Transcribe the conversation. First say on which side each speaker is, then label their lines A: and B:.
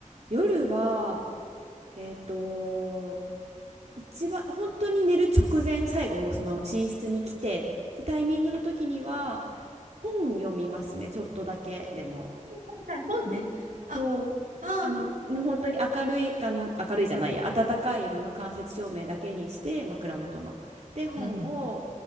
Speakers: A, on the right (about 55°); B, on the right (about 85°).
A: 夜は、えっと、一番本当に寝る直前最後もうその寝室に来てでタイミングの時には本読みますねちょっとだけでも
B: はいはい、本ね。あ、
A: そうあのもう本当に明るいあの明るいじゃないや暖かい色の間接照明だけにして枕元ので本を
B: ああ、うんうん、